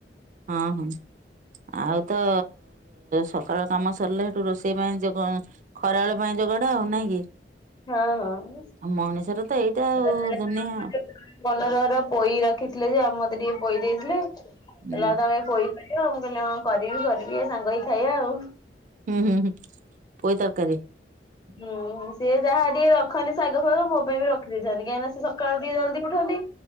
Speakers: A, on the right; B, on the left.
A: ହଁ ହଁ। ଆଉ ତ ସକାଳ କାମ ସରିଲା ସେଠୁ ରୋଷେଇ ପାଇଁ ଯ ଖରାବେଳ ପାଇଁ ଯ ଚଡା ଆଉ ନାଇଁ କି?
B: ହଁ ହଁ।
A: ଆଉ ମଣିଷର ତ ଏଇଟା
B: <unintelligible>
A: ଆଉ ଦୁନିଆ ଆଉ।
B: ପୋଇ ରଖିଥିଲେ ଯେ ଆଉ ମତେ ଟିକେ ପୋଇ ଦେଇଥିଲେ ହେଲା
A: ହୁଁ
B: ତ ଆମେ ପୋଇ କରି ଉ ମୁଁ କହିଲି ହଁ କରିବି କରିବି ଏ ସାଙ୍ଗ ହେଇ ଖାଇବା ଆଉ।
A: ହୁଁ ହୁଁ ପୋଇ ତରକାରୀ।
B: ହୁଁ ସିଏ ଯାହା ଟିକେ ରଖନ୍ତିି ଶାଗ ଫାଗ ମୋ ପାଇଁ ବି ରଖିଦେଇଥାନ୍ତି କାହିଁକି ନା ସେ ସକାଳୁ ଟିକେ ଜଲଦି ଉଠନ୍ତି